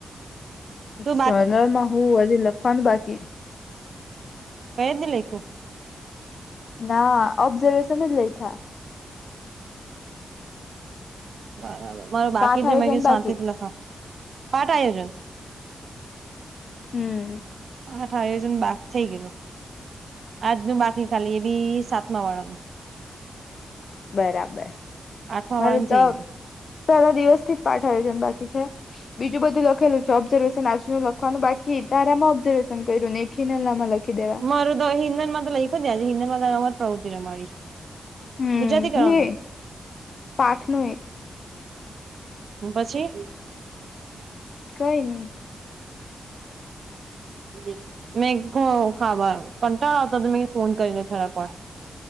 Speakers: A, on the right; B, on the left.
A: તો
B: શનર
A: બાકી
B: માં હું હજી લખવાનું બાકી,
A: કયજ ની લઈખું.
B: ના ઓબ્ઝરવેેશન જ લયખા.
A: બરાબર, મારે બાકી
B: પાઠ
A: જ
B: આયોજન
A: મે શાંતિથી
B: બાકી
A: લખા, પાઠ આયોજન-
B: હમ
A: હ આયોજન બાકી થઈ ગયેલું આજનું બાકી ખાલી એ બી સાતમા વાળાનું
B: બરાબર.
A: આઠમા
B: મારું
A: વાળાનું
B: તો
A: થઈ
B: પેલા દિવસથી જ પાઠ આયોજન બાકી છે. બીજું બધું લખેલું છે ઓબ્ઝર્વેશન આજનું લખવાનું બાકી તારામાં ઓબ્ઝર્વેશન કર્યું ને ખીનલા મા લખી દેવા.
A: ગયું મારું તો હિન્દન માં તો લઈખ જજ હિન્દન માં રમત પ્રવૃત્તિ રમાડી.
B: હમ
A: ગુજરાતી કરવાનો.
B: નહી પાઠ નું એક
A: પછી
B: કઈની.
A: <unintelligible> <unintelligible> <unintelligible> <unintelligible> <unintelligible> <unintelligible> <unintelligible> <unintelligible>